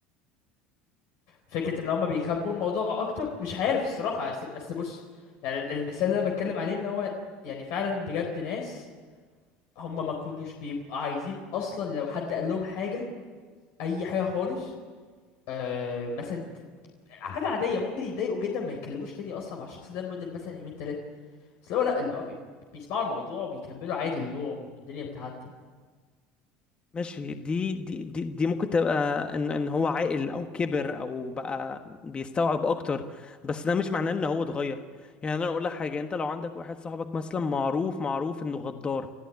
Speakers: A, on the left; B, on the left.
A: فكره ان هما بيخبوا الموضوع اكتر مش عارف الصراحه اصل اصل بص يعني ال- المثال اللي انا بتكلم عليه ان هو يعني فعلا بجد ناس هما ما كانوش بيبقوا عايزين اصلا لو حد قال لهم حاجه اي حاجه خالص آه مثلا ت- حاجه عاديه ممكن يتضايقوا جدا ما يتكلموش تاني اصلا مع الشخص ده لمده مثلا يومين تلاته بس لو لا اللي هو بي- بيسمعوا الموضوع وبيكملوا عادي اليوم والدنيا بتعدي
B: ماشي دي دي دي, دي ممكن تبقى ان ان هو عاقل او كبر او بقى بيستوعب اكتر بس ده مش معناه ان هو اتغير يعني انا اقول لك حاجه انت لو عندك واحد صاحبك مثلا معروف معروف انه غدار